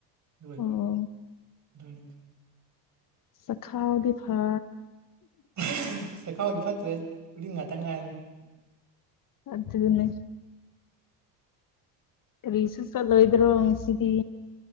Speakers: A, on the right (about 35°); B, on the left (about 40°).
A: ꯑꯗꯨ ꯑꯣꯏꯕ
B: ꯑꯣ
A: ꯑꯗꯨꯅꯤꯗ
B: ꯆꯈꯥꯎꯗꯤ ꯐꯥ
A: <unintelligible> ꯆꯈꯥꯎꯗꯤ ꯐꯠꯇ꯭ꯔꯦ ꯎꯔꯤꯡ ꯉꯥꯛꯇꯪ ꯉꯥꯏꯔ
B: ꯑꯗꯨꯅꯤ ꯀꯔꯤꯁꯨ ꯆꯠꯂꯣꯏꯗ꯭ꯔꯣ ꯉꯁꯤꯗꯤ